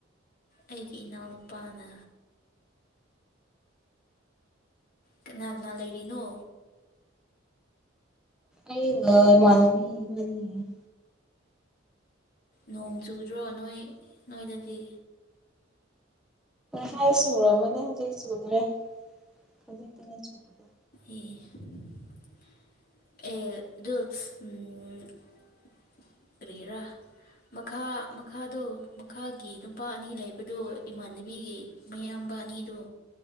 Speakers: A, on the left; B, in the centre.
A: ꯑꯩꯒꯤ ꯏꯅꯥꯎꯅꯨꯄꯥꯅ ꯀꯅꯥ ꯀꯅꯥ ꯂꯩꯔꯤꯅꯣ
B: ꯑꯩꯒ ꯃꯥꯅꯕꯤ ꯃꯅꯤ
A: ꯅꯣꯡ ꯆꯨꯗ꯭ꯔꯣ ꯅꯣꯏ ꯅꯣꯏꯗꯗꯤ
B: ꯃꯥꯏ ꯁꯨꯔꯝꯃꯅꯤ ꯍꯧꯖꯤꯛ ꯁꯨꯗ꯭ꯔꯦ ꯈꯖꯤꯛꯇꯤꯅꯦ ꯁꯨꯗ꯭ꯔꯦ
A: ꯑꯦ ꯑꯗꯨ ꯎꯝ ꯑꯣꯏꯔꯤꯒꯦꯔꯥ ꯃꯈꯥ ꯃꯈꯥꯗꯣ ꯃꯈꯥꯒꯤ ꯅꯨꯄꯥ ꯑꯅꯤ ꯂꯩꯕꯗꯨ ꯏꯃꯥꯟꯅꯕꯤꯒꯤ ꯃꯌꯥ ꯌꯥꯝꯕ ꯑꯅꯤꯗꯣ